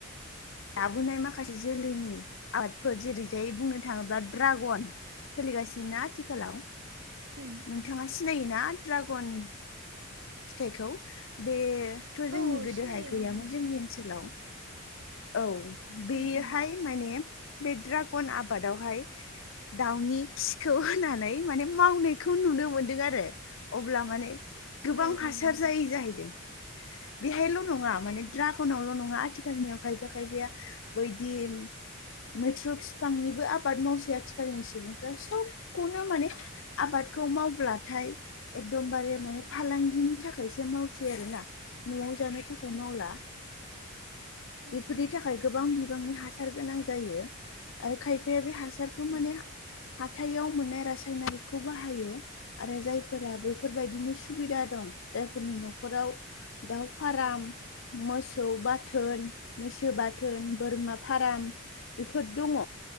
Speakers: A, on the left (about 65°); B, on the right (about 60°).
A: लाबोनाय माखासे जोलैनि आर्टफोर जेरैजाय बुंनो थाङोब्ला ड्रागन सोलिगासिनो ना आथिखालाव
B: उम
A: नोंथाङा सिनायोना ड्रागन फिथाइखौ बेथ'
B: औ
A: जोंनि
B: औ
A: गोदोहाय
B: सिनायो
A: गैयामोन
B: औ मोनथियो
A: जोंनि ओनसोलाव औ बेयोहाय
B: उम उम
A: माने बे द्रागन आबादावहाय दाउनि खिखौ होनानै माने मावनायखौ नुनो मोनदों आरो अब्ला माने गोबां
B: औ
A: हासार
B: नंगौ
A: जायै जाहैदों बेहायल' नङा
B: उम उम
A: माने
B: उम
A: द्राग नावल' नङा आथिखालनियाव खायफा खायफाया बैदि मैथ्रु बिफांनिबो आबाद मावसै आथिखालनि सुबुंफ्रा सबखौनो माने आबादखौ मावब्लाथाय एकदमबारे माने फालांगिनि थाखायसो मावसै आरो ना न'आव जानो थाखाय मावला।
B: उम
A: बेफोरनि
B: उम
A: था खाय गोबां बिबांनि हासार गोनां जायो आरो खायफाया बे हासारखौ
B: उम
A: माने हाथायाव मोननाय रासायनारिकखौ बाहायो आरो जायफोरा बेफोरबायदिनि स सुबिदा दं जायफोरनि न'खराव दाउ फारम मोसौ बाथोन मैसो बाथोन बोरमा फार्म बेफोर दङ